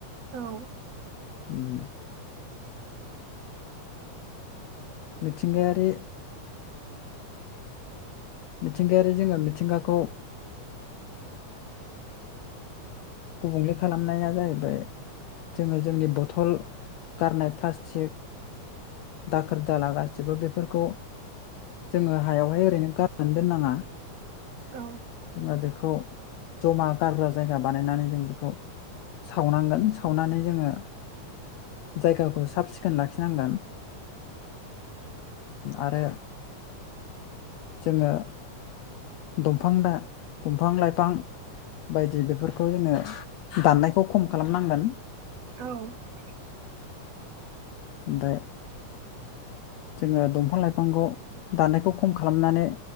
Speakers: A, on the right; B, on the left.
A: औ
B: उम मिथिंगारि मिथिंगायारि जोङो मिथिंगाखौ गुबुंले खालामनाया जाहैबाय जोङो जोंनि बथल गारनाय प्लास्टिक दाखोर दाला गासैबो बेफोरखौ जोङो हायावहाय ओरैनो गारनानै दोननाङा
A: औ
B: जोङो बेखौ जमा गारग्रा जायगा बानायनानै जों बेखौ सावनांगोन सावनानै जोंङो जायगाखौ साब सिखोन लाखिनांगोन आरो जोंङो दंफां-दंफां लाइफां बायदि बेफोरखौ जोंङो दाननायखौ खम खालामनांगोन।
A: औ
B: ओमफाय जोंङो दंफां लाइफांखौ दाननायखौ खम खालामनानै